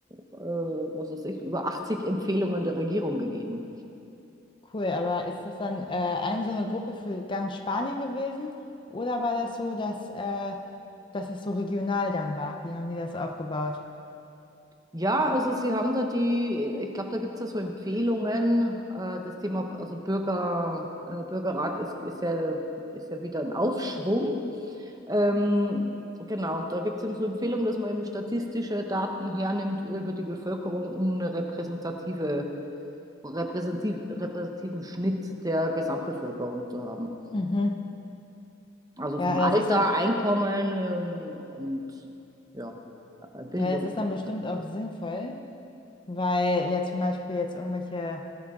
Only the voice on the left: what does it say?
cool, aber ist das dann äh, ein so eine Gruppe für ganz Spanien gewesen? Oder war das so, dass, äh, dass es so regional dann war? Wie haben die das aufgebaut?
Mhm.
Ja,
das ist dann,
ja, das ist
dann
bestimmt
auch sinnvoll, weil ja zum Beispiel jetzt irgendwelche.